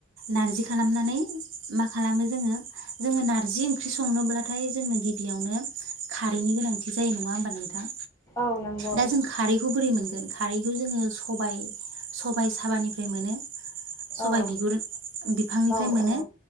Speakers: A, on the right; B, on the left.
A: नारजि खालामनानै मा खालामो जोङो जोङो नारजि ओंख्रि संनोब्लाथाय जोंनो गिबियावनो खारैनि गोनांथि जायो। नङा होमबा नोंथां?
B: औ नंगौ
A: दा जों खारैखौ बोरै मोन गोन खारै जोंङो सबाय सबाय साबानिफ्राय मोनो। सबाय
B: औ
A: बिगुर बिफां निफ्राय
B: औ
A: मोनो
B: औ